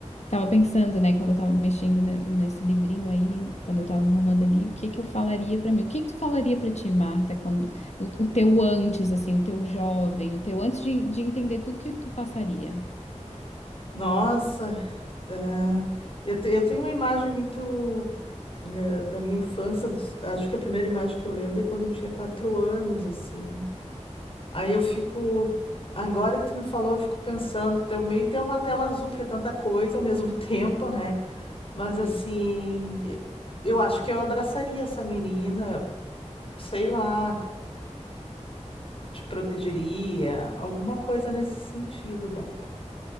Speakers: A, on the left (about 65°); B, on the left (about 50°).
A: tava pensando, né, quando eu tava mexendo ne- nesse livrinho aí, quando eu tava arrumando ali, o que que eu falaria pra mim? O que que tu falaria pra ti, Marta, quando o, o teu antes, assim, o teu jovem, o teu antes de, de entender tudo que tu passaria?
B: Nossa, Ah, eu, te- eu tenho uma imagem muito eh, da minha infância. dos- acho que a primeira imagem que eu lembro é quando eu tinha quatro anos, assim. Aí eu fico. Agora que tu me falou, eu fico pensando, eu meio ter uma tela azul, porque é tanta coisa ao mesmo <laughs> tempo, né? Mas assim,
A: E,
B: eh, eu acho que eu abraçaria essa menina, sei lá, c- te protegeria, alguma coisa nesse sentido, Bárbara.